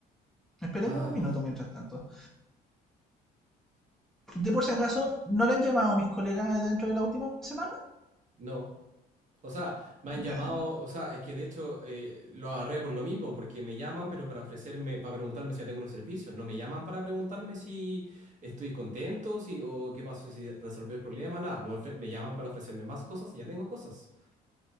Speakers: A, in the centre; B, on the right.
A: Esperemos
B: Ah,
A: un minuto mientras tanto. de por si acaso, ¿no le han llamado a mis colegas dentro de la última semana?
B: no. O sea, me han llamado,
A: Ya,
B: o sea, es que de hecho eh, lo agarré por lo mismo, porque me llaman, pero para ofrecerme, para preguntarme si ya tengo los servicios. No me llaman para preguntarme si estoy contento, si, o qué pasó, si resolví el problema, nada. Me, ofre- me llaman para ofrecerme más cosas y ya tengo cosas.